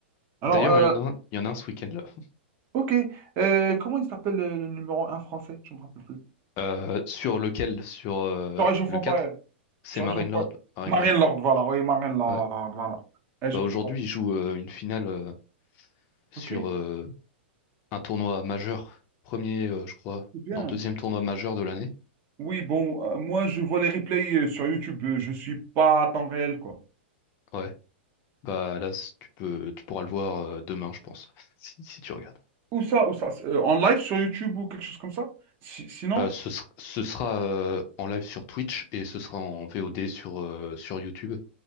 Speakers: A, on the right (about 35°); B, on the left (about 35°).
A: Alors,
B: D'ailleurs,
A: euh,
B: il y en a un, il y en a un ce week-end là. <laughs>
A: ok, euh, comment il s'appelle le, le numéro un français? Je ne me rappelle plus.
B: Euh, sur lequel? Sur euh,
A: Sur Age of
B: le
A: Empires,
B: 4? C'est
A: sur
B: Marinelord.
A: Age of Empires.
B: Marinelord.
A: Marine Lord, voilà, oui, Marine Lord,
B: Ouais.
A: voilà. Age
B: Bah
A: of
B: aujourd'hui,
A: Empires.
B: il joue euh, une finale euh, sur
A: Ok,
B: euh, un tournoi majeur, premier, euh, je crois,
A: c'est bien.
B: non, deuxième tournoi majeur de l'année.
A: Oui, bon, euh, moi je vois les replays euh, sur YouTube, euh, je suis pas à temps réel, quoi.
B: Ouais, bah là, c- tu peux, tu pourras le voir euh, demain, je pense, <laughs> si, si tu regardes.
A: Où ça, où ça? c'est, euh, en live sur YouTube ou quelque chose comme ça? Si- sinon?
B: Euh, ce, ser- ce sera euh, en live sur Twitch et ce sera en VOD sur, euh, sur YouTube,